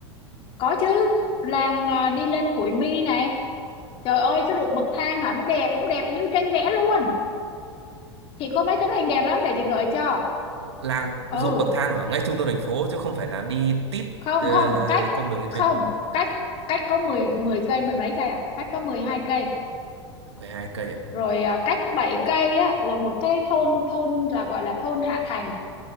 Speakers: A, on the left; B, on the right.
A: có chứ làng ờ, đi lên Khuổi Mi này trời ơi cái ruộng bậc thang hả nó đẹp nó đẹp như tranh vẽ luôn chị có mấy tấm hình đẹp lắm để chị gửi cho
B: làng ruộng
A: ừ
B: bậc thang ở ngay trung tâm thành phố chứ không phải là đi tít
A: không
B: ờ,
A: không cách
B: công đường lên
A: không
B: trên
A: cách cách có 10 10 cây mười mấy cây à cách có mười hai cây
B: mười hai cây à
A: rồi à, cách 7 cây á, là một cái thôn thôn là gọi là thôn Hạ Thành